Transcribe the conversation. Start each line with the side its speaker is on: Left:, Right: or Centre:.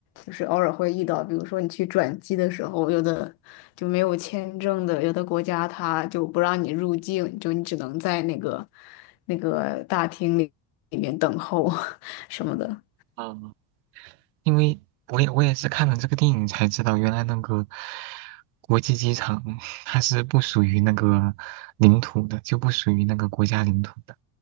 Left: 就是偶尔会遇到，比如说你去转机的时候，有的就没有签证的，有的国家它就不让你入境，就你只能在那个那个大厅里里面等候 <laughs> 什么的。
Right: 啊，因为我也我也是看了这个电影才知道，原来那个国际机场它是不属于那个领土的，就不属于那个国家领土的，